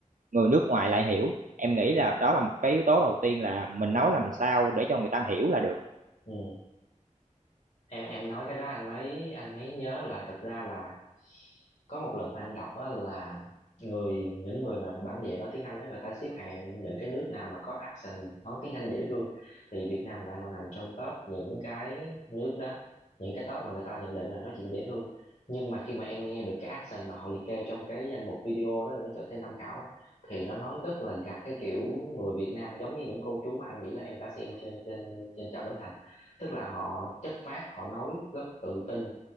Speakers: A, on the right; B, on the left.
A: người nước ngoài lại hiểu em nghĩ là đó là một cái yếu tố đầu tiên là mình nói làm sao để cho người ta hiểu là được
B: ừ em em nói cái đó anh mới anh mới nhớ lại thật ra là có một lần anh đọc á là người những người mà bản địa nói tiếng Anh đó người ta xếp hạng những cái nước nào mà có accent nói tiếng Anh dễ thương thì Việt Nam lại là nằm trong top những cái nước đó những cái top mà người ta nhận định là nói chuyện dễ thương nhưng mà khi mà em nghe được cái accent mà họ liệt kê trong cái danh mục video đó để cho thêm tham khảo á, thì nó nói rất là gặt cái kiểu người Việt Nam giống như những cô chú mà anh nghĩ là em đã xem trên trên trên chợ Bến Thành tức là họ chất phác họ nói rất tự tin